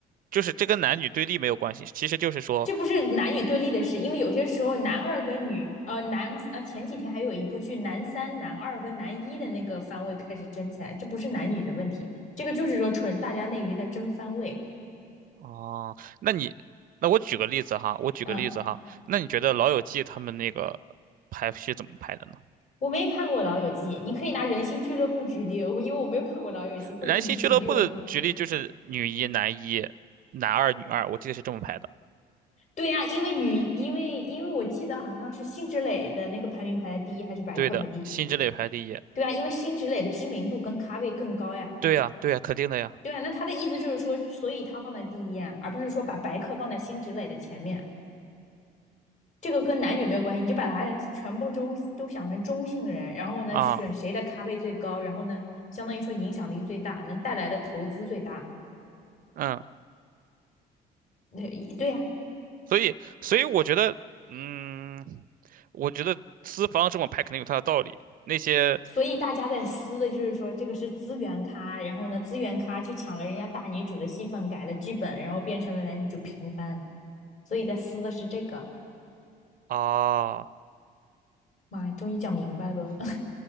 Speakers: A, on the right; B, on the left.
A: 就是这跟男女对立没有关系，其实就是说。
B: 这不是男女对立的事，因为有些时候男二跟女呃男呃前几天还有一部剧男三、男二跟男一的那个番位开始争起来，这不是男女的问题，这个就是说纯大家内娱在争番位，
A: 哦，那你，那我举个例子哈，我举个例子哈，
B: 嗯。
A: 那你觉得《老友记》他们那个排序怎么排的呢？
B: 我没看过《老友记》，你可以拿《人心俱乐部》举例，我因为我没有看过《老友记》，
A: 燃心俱乐部的举例就是女一、
B: 或者你举例我看看。
A: 男一、男二、女二，我记得是这么排的。
B: 对呀、因为女，因为因为我记得好像是辛芷蕾的那个排名排在第一，还是白客排第一？
A: 对的，辛芷蕾排第一。
B: 对啊，因为辛芷蕾的知名度跟咖位更高呀。
A: 对呀，对呀，肯定的呀。
B: 对啊，那他的意思就是说，所以他放在第一呀，而不是说把白客放在辛芷蕾的前面。这个跟男女没有关系，你就把他全部中都想成中性人，然后呢，
A: 啊，
B: 选谁的咖位最高，然后呢，相当于说影响力最大，能带来的投资最大。
A: 嗯，
B: 对对呀、
A: 所以，所以我觉得，嗯，我觉得资方这么排肯定有他的道理。那些
B: 所以大家在撕的就是说，这个是资源咖，然后呢，资源咖去抢了人家大女主的戏份，改了剧本，然后变成了男女主平番，所以在撕的是这个。
A: 啊，
B: 妈呀，终于讲明白了吧？<laughs>